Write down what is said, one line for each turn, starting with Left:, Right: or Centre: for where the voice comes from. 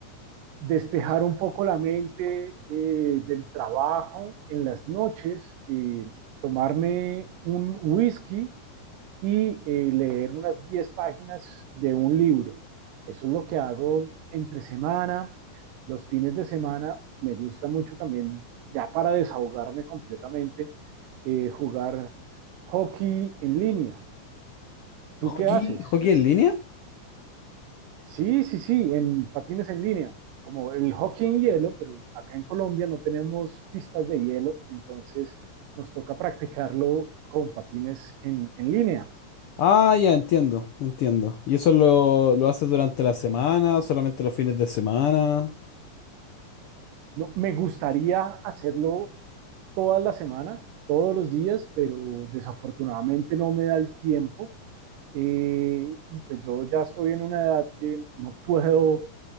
Right: despejar un poco la mente eh, del trabajo en las noches, eh, tomarme un whisky y eh, leer unas 10 páginas de un libro. Eso es lo que hago entre semana. Los fines de semana me gusta mucho también, ya para desahogarme completamente, eh, jugar hockey en línea. ¿Tú
Left: ¿Hockey?
Right: qué haces?
Left: ¿Hockey en línea?
Right: Sí, sí, sí, en patines en línea, como el hockey en hielo, pero acá en Colombia no tenemos pistas de hielo, entonces nos toca practicarlo con patines en, en línea.
Left: Ah, ya entiendo, entiendo. ¿Y eso lo, lo haces durante la semana, o solamente los fines de semana?
Right: No, me gustaría hacerlo toda la semana, todos los días, pero desafortunadamente no me da el tiempo. Eh, y pues yo ya estoy en una edad que no puedo